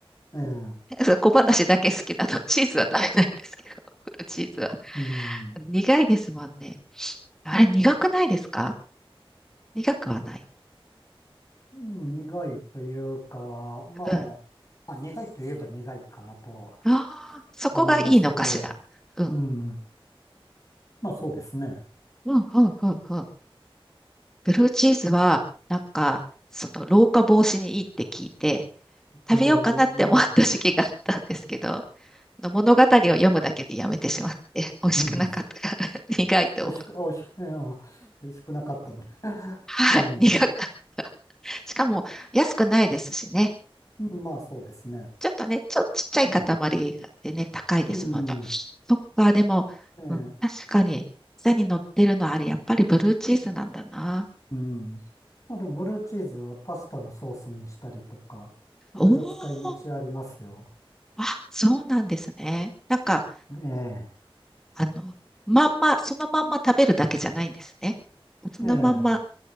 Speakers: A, on the left; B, in the centre.
A: ええ、
B: そう小話だけ好きなの。チーズは食べないんですけど、ブルーチーズは。
A: うん、
B: 苦いですもんね。あれ、苦くないですか苦くはない。
A: うん苦いというか、まあ、
B: うん。
A: まあ、苦いといえば苦いかなとは
B: ああ、そこがいいのかしら。
A: 思いますけど、
B: うん。
A: うん。まあそうですね。
B: うん、うん、うん、うん。ブルーチーズは、なんか、その、老化防止にいいって聞いて、
A: ええうん
B: 食べようかなって思った時期があったんですけど、の物語を読むだけでやめてしまって、<laughs> 美味しくなかったから、
A: うん
B: <laughs> 苦いと思う。
A: 美味しく、あ美味しく、いや美味しくなかったんで。<laughs>
B: はい、
A: うん。
B: 苦かった。しかも、安くないですしね。
A: うんまあそうですね。
B: ちょっとね、ちょ、ちっちゃい塊
A: うん。
B: でね、高いですもんね。
A: うん。
B: そっか、でも、
A: ええ
B: うん、確かに、下に乗ってるのはあれ、やっぱりブルーチーズなんだな。
A: うん。まあでもブルーチーズはパスタのソースにしたりとか、いろいろ使い道ありますよ。
B: おーあ、そうなんですね。なんか、
A: え
B: あの、まんま、そのまんま食べるだけじゃないんですね。そのまんま
A: えええ